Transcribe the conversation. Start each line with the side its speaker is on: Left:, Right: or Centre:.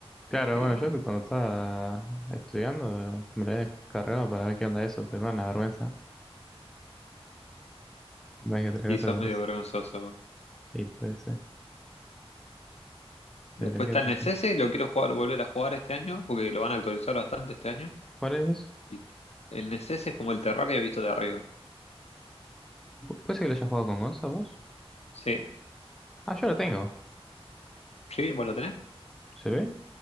Centre: Claro,
Left: y
Centre: bueno,
Left: nada.
Centre: yo que cuando estaba estudiando me la había descargado para ver qué onda eso, pero me da una vergüenza. Más que otra
Left: Y
Centre: cosa
Left: sos
Centre: por
Left: medio
Centre: eso.
Left: vergonzoso.
Centre: Y puede ser,
Left: Después
Centre: pero qué
Left: está
Centre: sé
Left: el Necese,
Centre: yo.
Left: lo quiero jugar, volver a jugar este año, porque lo van a actualizar bastante este año.
Centre: ¿Cuál es?
Left: Y el Necese es como el Terraria visto de arriba.
Centre: ¿Puede ser que lo hayas jugado con Gonza vos?
Left: Sí,
Centre: Ah, yo lo tengo.
Left: sí, ¿vos lo tenés?
Centre: ¿Se ve?